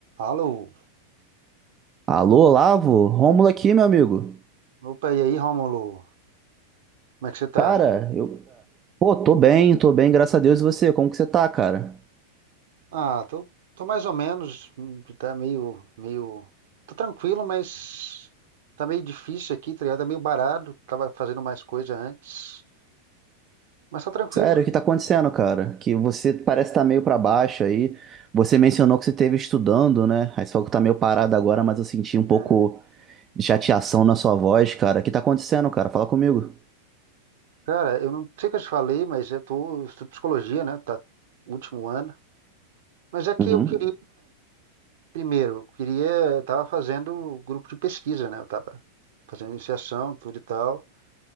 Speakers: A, on the right (about 55°); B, on the right (about 25°).
A: Alô?
B: Alô, Olavo? Rômulo aqui, meu amigo.
A: Opa, e aí, Rômulo? Como é que você tá?
B: Cara, eu. Pô, tô bem, tô bem, graças a Deus. E você? Como que você tá, cara?
A: Ah, tô, tô mais ou menos, hum, tá meio, meio... Tô tranquilo, mas tá meio difícil aqui, tá ligado? Tá meio baralho, tava fazendo mais coisa antes, mas tá tranquilo.
B: Sério, o que tá acontecendo, cara? Que você parece estar tá meio pra baixo aí. Você mencionou que você esteve estudando, né? Aí você falou que tá meio parado agora, mas eu senti um pouco
A: É,
B: de chateação na sua voz, cara. O que tá acontecendo, cara? Fala comigo.
A: Cara, eu não sei o que eu te falei, mas eu tô eu estudo psicologia, né? Tá último ano. Mas é que
B: Uhum.
A: eu queria, primeiro, eu queria, eu tava fazendo grupo de pesquisa, né? Eu tava fazendo iniciação, tudo e tal,